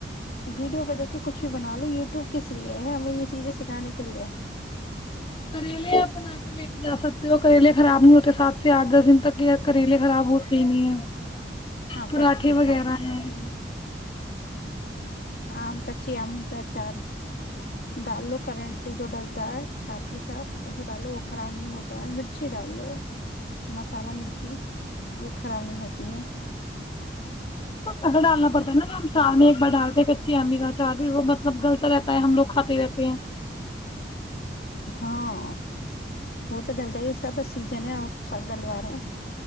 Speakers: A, on the left (about 60°); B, on the left (about 30°).
A: ویڈیو کو دیک کے کچھ بھی بنا لو یوٹیوب کے ریعے ہے ہمیں یہ چیزیں سکھانے کے لیے ہے
B: کریلے آ بنا کے لے کے جا سکتے وہ کریلے خراب نہیں ہوتے سات سے آٹھ دس دن تک یہ کریلے خراب ہوتے ہی نہیں ہے
A: ہاں
B: پراٹے
A: کریلے
B: وغیرہ
A: کھانے ہوتے
B: ہے
A: ہیں آم کاچ امی کا چان ڈال لو کرنٹلی جو ڈلتا ہے ساتھ کی ساتھ اسے ڈالو وہ خراب نہیں ہوتا ہے مرچی ڈال لو م مسالہ مرچی وہ خراب نہیں ہوتی ہے
B: پسا ڈالنا پڑتا ہے نا ہم چار میں ایک بار ڈالتے کچی امی کا چا بھی وہ مطلب گلتا رہتا ہے ہم لوگ کھاتے رہتے ہیں
A: ہاں وہ تو ڈلتا ہی اس کا تو سیزن ہے ا سب ڈلوا رہے ہیں